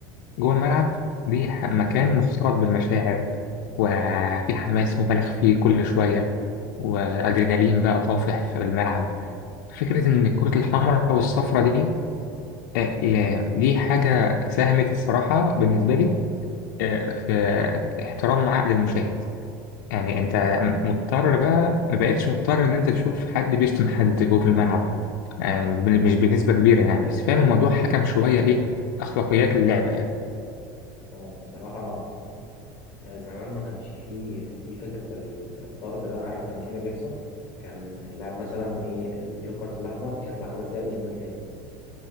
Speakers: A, on the left; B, on the left.
A: جوه الملعب دي ح- مكان مختلط بالمشاعر وفي حماس مبالغ فيه كل شوية وأدرينالين بقى طافح في الملعب فكرة إن الكرة الحمراء والصفراء دي آه، لا- دي حاجة ساهمت الصراحة بالنسبة لي آه، في احترام عقل المشاهد يعني انت مضطر بقى ما بقتش مضطر ان انت تشوف حد بيشتم حد جوه في الملعب يعني بن- مش بنسبة كبيرة يعني بس فاهم الموضوع حكم شوية ايه اخلاقيات اللعبة يعني
B: هو بصراحه آه، زمان ما كانش فيه في فكرة ال- الطرد ده عارف كان ايه اللي بيحصل كان اللاعب مثلا ايه نديله الكارت الأحمر يطلع خمس دقايق وينزل تاني